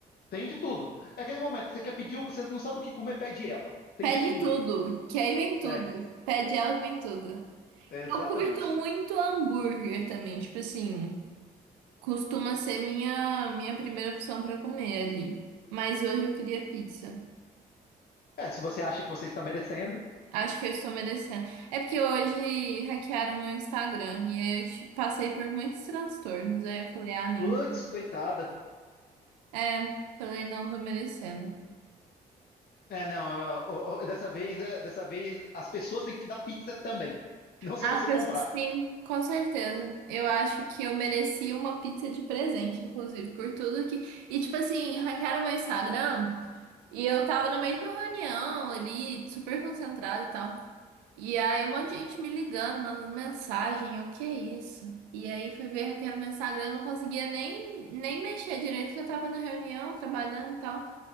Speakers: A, on the left; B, on the right.
A: Tem de tudo. É aquele momento, você quer pedir, você não sabe o que comer, pede ela. Tem
B: Pede
A: de tudo
B: tudo,
A: ali.
B: que aí vem tudo.
A: É,
B: Pede ela que vem tudo.
A: exatamente.
B: Eu curto muito hambúrguer também, tipo assim, costuma ser minha minha primeira opção pra comer ali. Mas hoje eu queria pizza.
A: É, se você acha que você está merecendo.
B: Acho que eu estou merecendo. É porque hoje hackearam meu Instagram e aí eu te- passei por muitos transtornos. Aí eu falei, ah, nem.
A: Putz, coitada.
B: É, também não tô merecendo.
A: É, não, ó, ó, ó, dessa vez, é, dessa vez as pessoas têm que te dar pizza também, não só
B: As
A: você
B: pessoas,
A: comprar.
B: sim, com certeza. Eu acho que eu mereci uma pizza de presente, inclusive, por tudo que. E, tipo assim, hackearam meu Instagram e eu tava no meio de uma reunião ali, super concentrada e tal. E aí, um monte de gente me ligando, mandando mensagem, eu, que isso? E aí, fui ver hackearam meu Instagram, eu não conseguia nem, nem mexer direito, que eu tava na reunião, trabalhando e tal.